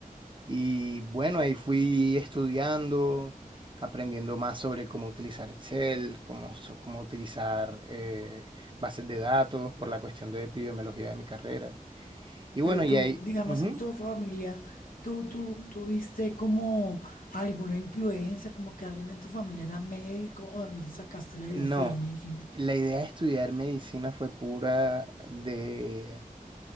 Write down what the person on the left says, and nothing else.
Pero tú,
digamos,
en tu familia, tú, tú, tuviste como alguna influencia, como que alguien en tu familia era médico, o de dónde sacaste la idea
de estudiar medicina.